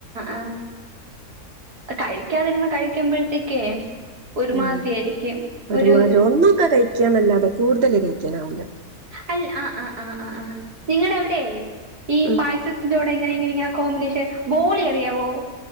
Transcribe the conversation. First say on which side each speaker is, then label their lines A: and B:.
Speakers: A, on the right; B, on the right.
A: ആഹ് കഴിക്കാതിരുന്ന് കഴിക്കുമ്പോഴത്തേക്കേ ഒരുമാതിരി
B: ആ,
A: ആയിരിക്കും
B: ഒരുമാതിരി
A: ഒരു
B: ഒന്നൊക്കെ കഴിക്കാ എന്നല്ലാത കൂടുതല് കഴിക്കനാവുല്ല
A: അല്ല, ആ, ആ, ആ ആ, ആ, നിങ്ങടെ എവിടെയെ ഈ
B: ഉം.
A: പായസത്തിലോ എങ്ങനെങ്ങങ്ങനെ കോമ്പിനേഷൻ ബോളി അറിയാവോ